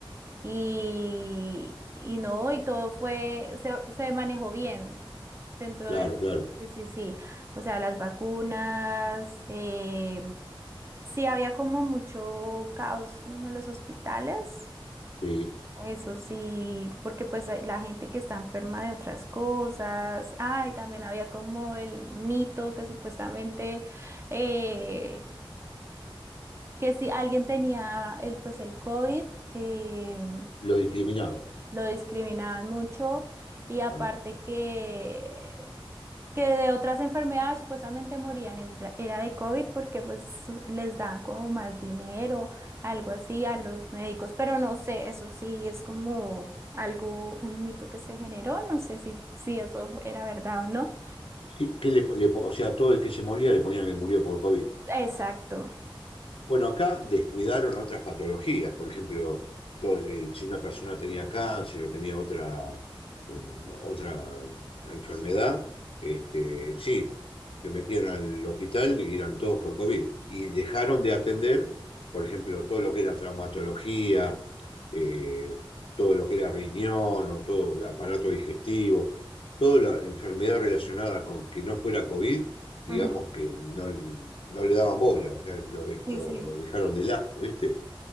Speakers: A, on the right; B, on the left.
A: Y, y no, y todo fue, se, se manejó bien. Dentro
B: Claro,
A: del...
B: claro,
A: Sí, sí, sí. O sea, las vacunas. eh, sí, había como mucho caos como en los hospitales.
B: sí,
A: Eso sí, porque pues hay la gente que está enferma de otras cosas. Ay, también había como el mito que supuestamente eh, que si alguien tenía el pues el COVID, eh,
B: lo discriminaban.
A: lo discriminaban mucho. Y aparte
B: Ah,
A: que que de otras enfermedades supuestamente morían es dra- era de COVID porque pues su- les dan como más dinero, algo así a los médicos, pero no sé, eso sí es como algo, un mito que se generó, no sé si, si eso era verdad o no.
B: Sí, que le- le- o sea, todo el que se moría le ponían que murió por COVID.
A: Exacto.
B: Bueno, acá descuidaron otras patologías, por ejemplo, todo- eh, si una persona tenía cáncer o tenía otra, eh, otra enfermedad, este, sí, que metían al hospital y eran todos por COVID. Y dejaron de atender, por ejemplo, todo lo que era traumatología, eh, todo lo que era riñón o todo el aparato digestivo, toda la enfermedad relacionada con que no fuera COVID digamos
A: Ujú.
B: que no, no le daban bola, o sea, lo, de-
A: Sí,
B: lo
A: sí.
B: dejaron de lado, ¿viste?